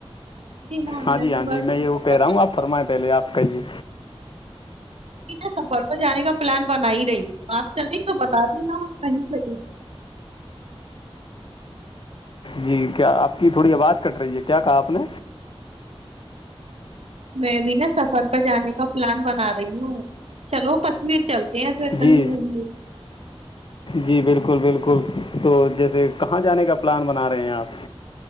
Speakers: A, on the right; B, on the left.
A: جی
B: ہاں
A: میں
B: جی ہاں
A: تو
B: جی
A: بس
B: میں
A: سفر
B: یہ پہ
A: پر
B: رہا
A: جانے
B: ہوںا آ فرما پہلے آپ کہیے
A: ن سفر پر جانے کا پلان بنا ہی رہی ہوں آپ چلیں تو بتا دینا کہیں سے
B: جی کیا آپ کی تھوڑی آواز کٹ رہی ہے کیا کہا آپ نے
A: میں بھی نا سفر پہ جانے کا پلان بنا رہی ہوں چلو کصویر چلتے ہیں پھر کہیں
B: جی
A: گھوم
B: جی بالکل بالکل تو جیسے کہاں جانے کا پلان بنا رہے ہیں آپ